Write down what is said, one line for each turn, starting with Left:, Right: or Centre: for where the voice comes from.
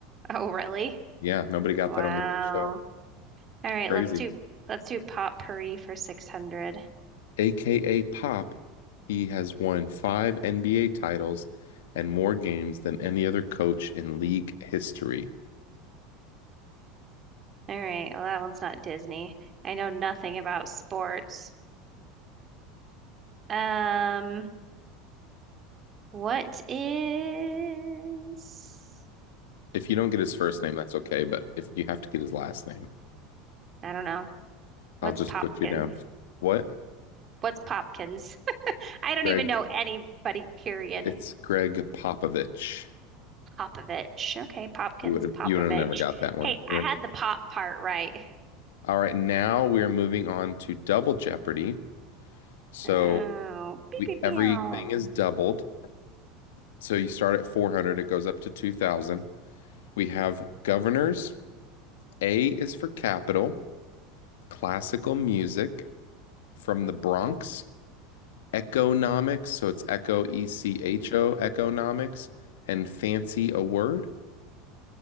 Right: oh, really?
Left: Yeah, nobody got
Right: Wow.
Left: that on the real show.
Right: All right,
Left: Crazy.
Right: let's do let's do Potpourri for 600.
Left: AKA Pop, he has won five NBA titles and more games than any other coach in league history.
Right: All right, well that one's not Disney. I know nothing about sports. Um, what is
Left: If you don't get his first name, that's okay, but if you have to get his last name,
Right: I don't know. What's
Left: I'll just
Right: Popkin?
Left: put you down. What?
Right: What's Popkins? <laughs> I don't
Left: Greg,
Right: even know anybody, period.
Left: it's Greg Popovich.
Right: Popovich. Okay, Popkins,
Left: You would have
Right: Popovich.
Left: you would have never got that one.
Right: Hey,
Left: You
Right: I
Left: were
Right: had the pop part right.
Left: All right, now we are moving on to Double Jeopardy. So
Right: Oh, beep,
Left: we
Right: beep, beow.
Left: everything is doubled. So you start at 400, it goes up to 2000. We have governors. A is for capital, classical music from the Bronx, economics, so it's echo E C H O economics and fancy a word.